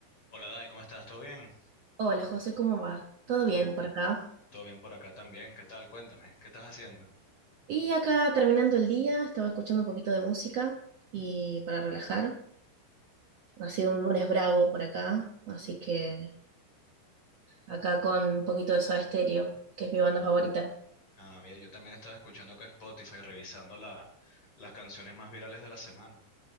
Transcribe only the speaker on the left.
Hola Dai, ¿cómo estás? ¿Todo bien?
To-
Todo bien por acá también. ¿Qué tal? Cuéntame, ¿qué estás haciendo?
Ah, bien, yo también estaba escuchando que Spotify, revisando la- las canciones más virales de la semana.